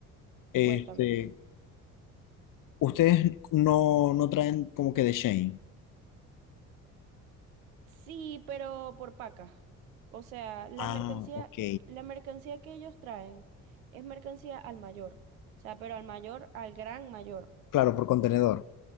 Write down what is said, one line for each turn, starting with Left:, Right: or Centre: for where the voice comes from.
Left: Este,
Right: cuéntame.
Left: ustedes no, no traen como que de Shane.
Right: Sí, pero por pacas. O sea, la
Left: Ah,
Right: mercancía,
Left: ok.
Right: la mercancía que ellos traen es mercancía al mayor. O sea, pero al mayor, al gran mayor.
Left: Claro, por contenedor.